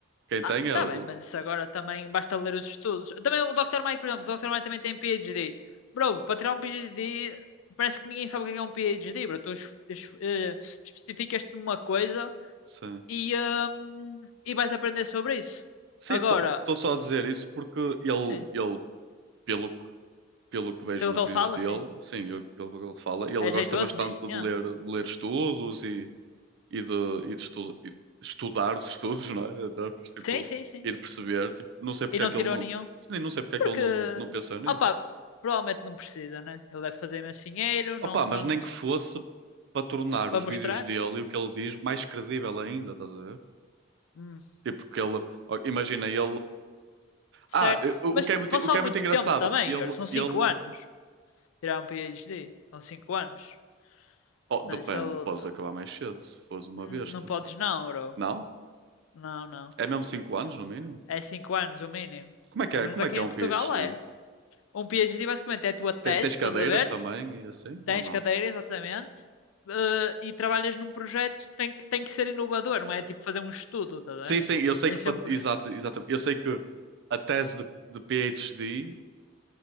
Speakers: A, on the right; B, on the left.
A: Quem
B: Ah,
A: tem é
B: tá
A: o.
B: bem, mas isso agora também basta ler os estudos. Também o doutor Mike, por exemplo, o doutor Mike também tem PhD. Bro, para tirar um PhD, parece que ninguém sabe o que é um PhD, bro. Tu es- es- eh, especificas-te numa coisa
A: Sim.
B: e, hum, e vais aprender sobre isso.
A: Sim,
B: Agora,
A: estou só a dizer isso porque ele,
B: sim,
A: ele pelo, que- pelo que vejo
B: pelo
A: nos
B: que ele
A: vídeos
B: fala,
A: dele,
B: sim.
A: sim, o que ele ele fala, ele
B: É jeitoso
A: gosta bastante
B: nisso? Yeah.
A: de ler, de ler estudos e, e de, e de estu- e estudar os <laughs> estudos, não é? Entre aspas, tipo,
B: Sim, sim, sim.
A: e de perceber. Tipo, não sei porque
B: E não
A: é que
B: tirou
A: ele não.
B: nenhum.
A: Sim, não sei porque é
B: Porque,
A: que ele não, não pensou nisso.
B: opá, provavelmente não precisa, né? Ele deve fazer imenso dinheiro, não,
A: Opa, mas
B: ah,
A: nem que fosse para tornar
B: para
A: os vídeos
B: mostrar.
A: dele e o que ele diz mais credível ainda, estás a ver?
B: Hum.
A: Tipo, que ele, ó, imagina, ele.
B: certo?
A: Ah, o,
B: Mas
A: o que é muito,
B: consome
A: o que é
B: muito
A: muito engraçado,
B: tempo também,
A: ele,
B: Igor. São 5
A: ele.
B: anos. Tirar um PhD. São 5 anos.
A: Oh, depende,
B: Não, é? Se ele-
A: podes acabar mais cedo se fores uma
B: Hum,
A: besta.
B: não podes não, bro.
A: Não?
B: Não, não.
A: É mesmo 5 anos no mínimo?
B: É 5 anos o mínimo.
A: Como é que
B: Pelo
A: é,
B: menos
A: como
B: aqui
A: é que é
B: em
A: um
B: Portugal
A: PhD?
B: é. Um PhD basicamente é a tua tese,
A: Te- Tens
B: estás
A: cadeiras
B: a ver?
A: também e assim,
B: Tens
A: ou não?
B: cadeira, exatamente. Eh, e trabalhas num projeto, tem que, tem que ser inovador, não é tipo fazer um estudo, estás a
A: Sim,
B: ver?
A: sim, eu sei
B: Tem
A: que.
B: sempre.
A: pa- Exato, exatamente. Eu sei que a tese de, de PhD,